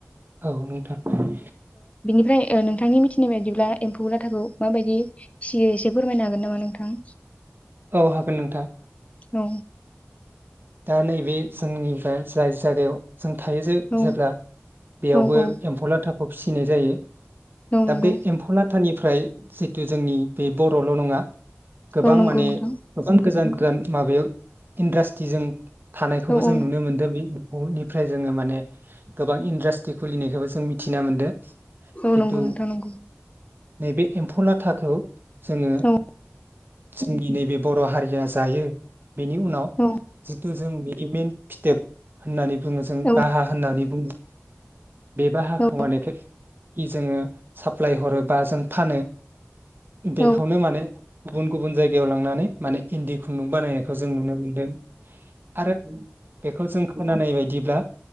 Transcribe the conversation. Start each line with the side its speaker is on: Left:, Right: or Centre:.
Right: औ नोंथां।
Left: ओमफ्राय नोंथांनि मिथिनाय बायदिब्ला एम्फौ लाथाखौ माबायदि फिसियो एसे फोरमायनो हागोन नामा नोंथां?
Right: औ हागोन नोंथां।
Left: औ।
Right: दा नै बेे जोंनिफ्राय जाय जागायाव जों थायो
Left: औ
Right: जेब्ला बेयावबो
Left: औ औ
Right: एम्फौलाथा खौ फिसिनाय जायो
Left: औ
Right: दा
Left: नंगौ
Right: बे एम्फौला थानिफ्राय जितु जोंनि बे बरल नङा गोबां
Left: औ नंगौ
Right: माने
Left: नोंथां
Right: गोबां गोजान गोजान माबायाव इन्ड्रास थिजों थानायखौबो
Left: औ
Right: जों
Left: औ
Right: नुनो मोनदों बे निफ्राय जोङो माने गोबां इन्डास्ट्रि खुलिनायखौबो जों मिथिना मोनदों
Left: औ
Right: जिथु
Left: नंगौ नोंथां नंगौ।
Right: नैबे एम्फौ लाथाखौ जोङो
Left: औ
Right: जोंनि नैबे बर' हारिया जायो बेनि
Left: औ
Right: जिथु जों बि मिन फिथोब होननानै बुङो जों
Left: औ
Right: बाहा होननानै बुङो बे बाहाखौ
Left: औ
Right: माने <inaudible> जोङो साप्लाय हरोबा जों फानो बेेखौनो
Left: औ
Right: माने गुबुन गुबुन जायगायाव लांनानै माने इन्दि खुन्दुं बानायनायखौ जों नुनो मोनदों आरो बेखौ जों खोनानाय बायदिब्ला